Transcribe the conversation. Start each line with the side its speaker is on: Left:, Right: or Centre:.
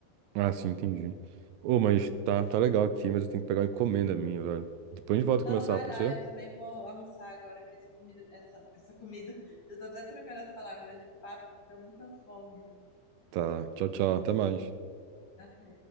Right: Ah, sim, entendi. Ô, mas tá, tá legal aqui, mas eu tenho que pegar uma encomenda minha, velho. Depois a gente volta
Left: Não,
Right: a conversar,
Left: vai
Right: pode
Left: lá,
Right: ser?
Left: eu também vou almoçar agora que essa comida, essa, essa comida, <laughs> eu tô até trocando as palavras, esse papo me deu muita fome.
Right: Tá, tchau, tchau, até mais.
Left: Até.